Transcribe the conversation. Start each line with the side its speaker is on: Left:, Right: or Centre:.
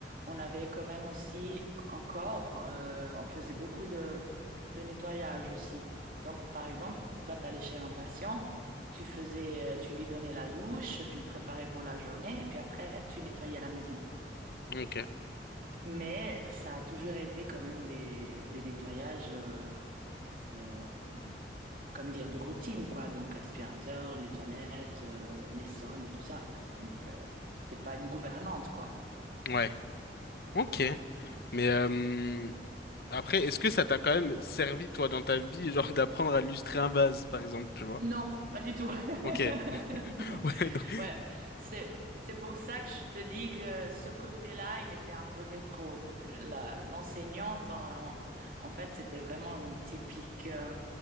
Right: on avait quand même aussi encore, euh, on faisait beaucoup de, de nettoyage aussi. Donc, par exemple, toi, tu allais chez un patient, tu faisais, tu lui donnais la douche, tu le préparais pour la journée, et puis après, tu nettoyais la maison.
Left: Ok.
Right: Mais ça a toujours été quand même des, des nettoyages. euh, euh, comme dire, de routine, quoi. Donc, l'aspirateur, les toilettes, euh, les sols et tout ça. Donc, euh, t'es pas une gouvernante, quoi.
Left: Ouais. Ok. Mais euh, après, est-ce que ça t'a quand même servi, toi, dans ta vie, genre d'apprendre à lustrer un vase, par exemple, tu vois?
Right: Non, pas du tout. <laughs>
Left: Ok. <laughs>
Right: Non.
Left: Ouais. donc-
Right: Ouais, c'est, c'est pour ça que je te dis que ce côté-là, il était un peu rétro. Donc, la, l'enseignante, en, en fait, c'était vraiment une typique. euh,